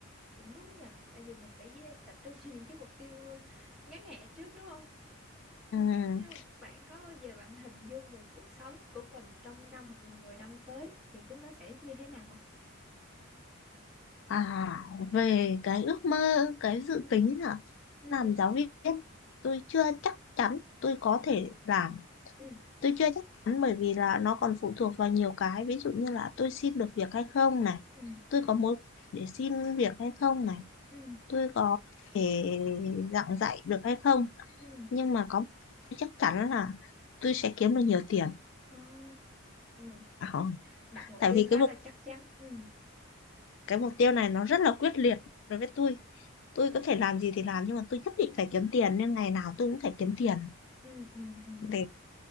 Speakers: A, in the centre; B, on the left.
A: Cũng đúng nhỉ. tại vì mình phải ờ, tập trung cho những cái mục tiêu ờ, ngắn hạn trước đúng không Thế-
B: Ừm,
A: Nhưng mà bạn có bao giờ bạn hình dung về cuộc sống của mình trong năm hoặc là 10 năm tới thì xin nó sẽ như thế nào không?
B: à về cái ước mơ cái dự
A: Ừ,
B: tính là
A: ừ,
B: làm giáo viên tôi chưa
A: à,
B: chắc chắn tôi có thể làm
A: ừ,
B: Tôi chưa chắc chắn bởi vì là nó còn phụ thuộc vào nhiều cái, ví dụ như là tôi xin được việc hay không này,
A: ừ,
B: tôi có mối quan hệ để xin việc hay không này,
A: ừ,
B: tôi có thể giảng dạy được hay không.
A: ừ,
B: Nhưng mà có một điều tôi chắc chắn là tôi sẽ kiếm được nhiều tiền.
A: ờ, ừ.
B: À, không.
A: Đặt mục
B: Tại
A: tiêu
B: vì
A: khá
B: cái mục
A: là chắc chắn. Ừ,
B: cái mục tiêu này nó rất là quyết liệt đối với tôi. Tôi có thể làm gì thì làm nhưng mà tôi nhất định phải kiếm tiền nên ngày nào tôi cũng phải kiếm tiền
A: ừ, ừ, ừ,
B: để